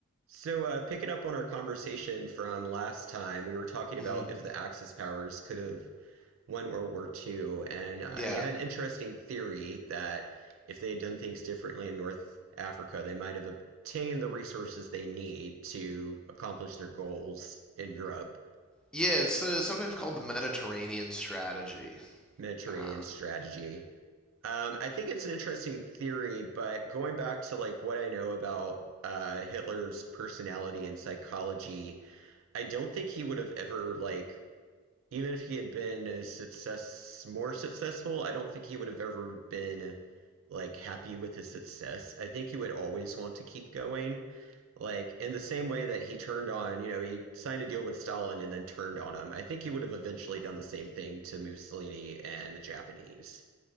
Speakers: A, on the right; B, in the centre.
A: So, uh, picking up on our conversation from last time, we were talking about
B: hmm
A: if the Axis powers could have won World War II, and uh,
B: Yeah.
A: you had an interesting theory that if they had done things differently in North Africa, they might have obtained the resources they need to accomplish their goals in Europe,
B: Yeah, it's uh, sometimes called the Mediterranean strategy.
A: Mediterranean
B: Um,
A: strategy. Um, I think it's an interesting theory, but going back to like what I know about uh, Hitler's personality and psychology, I don't think he would have ever like Even if he had been a success, more successful, I don't think he would have ever been like happy with his success. I think he would always want to keep going. Like in the same way that he turned on, you know, he signed a deal with Stalin and then turned on him. I think he would have eventually
B: hmm.
A: done the same thing to Mussolini and the Japanese.